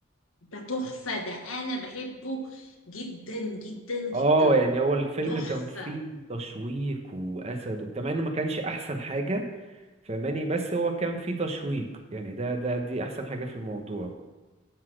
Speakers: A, on the left; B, on the right.
A: ده تحفه ده انا بحبه جدا جدا جدا
B: اه يعني هو الفيلم
A: تحفه
B: كان فيه تشويق واسد وبتاع مع انه ما كانش احسن حاجه فاهماني بس هو كان فيه تشويق يعني ده ده دي احسن حاجه في الموضوع